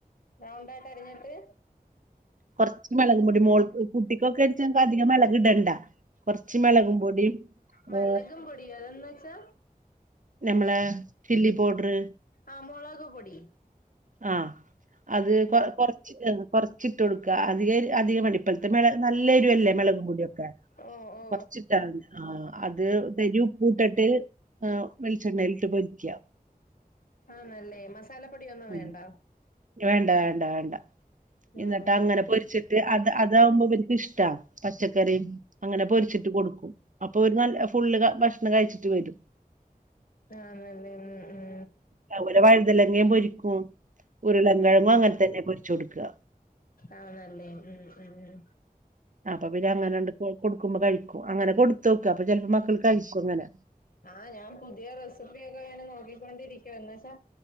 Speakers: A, on the left (about 65°); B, on the right (about 55°).
A: റൗണ്ടായിട്ട് അരിഞ്ഞിട്ട്
B: കുറച്ച് മിളക് പൊടി മോൾ കുട്ടിക്കൊക്കെച്ച അധികം മെളക് ഇടണ്ട കുറച്ച് മെളകു പൊടിയും
A: മെളകും
B: ഏ,
A: പൊടിയോ എന്നുവെച്ചാ
B: ഞമ്മളെ ചില്ലി പൗഡറ്
A: ആഹ് മുളക് പൊടി
B: ആഹ് അത് കൊ കൊറച്ച് കൊറച്ചിട്ട് കൊടുക്കാ അധിക അധികം അടിപ്പലത്ത് മെള നല്ലെരു അല്ലേ മെളകു പൊടിയൊക്കെ
A: ഓ ഓ
B: കൊറച്ചിട്ടാ മതി ആഹ് അത് തരി ഉപ്പൂട്ടിട്ട് ആഹ് വെളിച്ചെണ്ണയിലിട്ട് പൊരിക്കുക
A: ആണല്ലേ മസാലപ്പൊടി ഒന്നും
B: ഉം
A: വേണ്ട
B: വേണ്ട വേണ്ട വേണ്ട എന്നിട്ട്
A: ഓ
B: അങ്ങനെ പൊരിച്ചി- അത് അതാകുമ്പോ അവർക്ക് ഇഷ്ടാ പച്ചക്കറിയും അങ്ങനെ പൊരിച്ചിട്ട് കൊടുക്കും അപ്പൊ ഒരു നല്ല ഫുള്ള് ഭക്ഷണം കഴിച്ചിട്ട് വരും
A: ആണല്ലേ ഉം ഉം
B: അതുപോലെ വഴുതലങ്ങേം പൊരിക്ക ഉം ഉരുളം
A: ഉം
B: കിഴങ്ങും
A: ഉം
B: അങ്ങനെ തന്നെ പൊരിച്ച് കൊടുക്കുക
A: ആണല്ലേ ഉം ഉം
B: അപ്പൊ പിന്നെ അങ്ങനെണ്ട് കൊടുക്കുമ്പോ കഴിക്കും അങ്ങനെ കൊടു ത്തോക്കും അപ്പോ ചിലപ്പോ മക്കൾ കഴിക്കും അങ്ങനെ
A: ആഹ് ഞാൻ പുതിയ റെസിപ്പിയൊക്കെ ഇങ്ങനെ നോക്കിക്കൊണ്ടിരിക്കുവ എന്നുവെച്ചാ